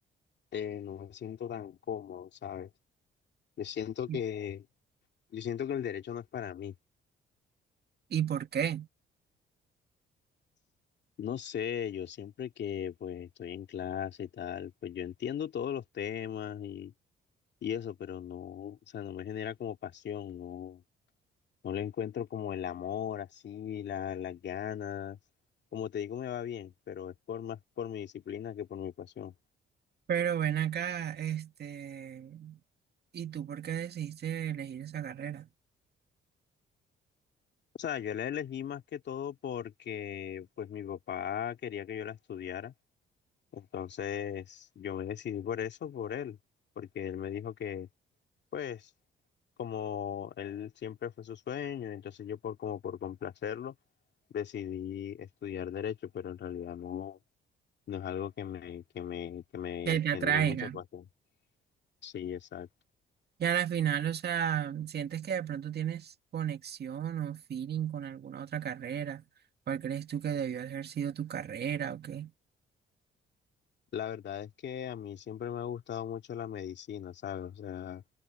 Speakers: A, on the left; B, on the right.
A: eh, no me siento tan cómodo, ¿sabes? Yo siento
B: ¿Y
A: que, yo siento que el derecho no es para mí.
B: y por qué?
A: No sé, yo siempre que pues estoy en clase y tal, pues yo entiendo todos los temas y, y eso, pero no, o sea, no me genera como pasión, no, No le encuentro como el amor, así, la- las ganas. Como te digo, me va bien, pero es por más por mi disciplina que por mi pasión.
B: Pero ven acá, este, ¿y tú por qué decidiste elegir esa carrera?
A: O sea, yo la elegí más que todo porque pues mi papá quería que yo la estudiara. Entonces yo me decidí por eso, por él, porque él me dijo que pues como él siempre fue su sueño, entonces yo por como por complacerlo decidí estudiar derecho, pero en realidad no. No es algo que me, que me, que me
B: Que te atraiga.
A: genere mucha pasión. Sí, exacto.
B: Y a la final, o sea, sientes que de pronto tienes conexión o feeling con alguna otra carrera. ¿Cuál crees tú que debió haber sido tu carrera o qué?
A: La verdad es que a mí siempre me ha gustado mucho la medicina, ¿sabes? O sea,